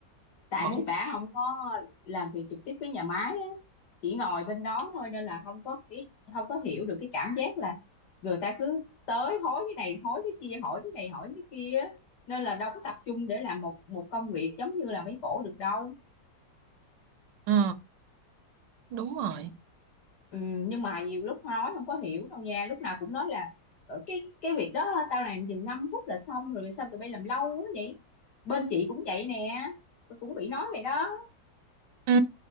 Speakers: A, on the left; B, on the right.
A: tại
B: Ủa,
A: mấy bả không có làm việc trực tiếp với nhà máy á, chỉ ngồi bên đó thôi nên là không có cái không có hiểu được cái cảm giác là người ta cứ tới hối cái này hối cái kia hỏi cái này hỏi cái kia á. nên là đâu có tập trung để làm một một công việc giống như là mấy cổ được đâu
B: Ừ, đúng rồi.
A: ừ, nhưng mà nhiều lúc nói không có hiểu đâu nha lúc nào cũng nói là "Ờ, cái cái việc đó tao làm chừng 5 phút là xong rồi sao tụi bay làm lâu quá vậy bên chị cũng vậy nè tôi cũng bị nói vậy đó
B: Ừ,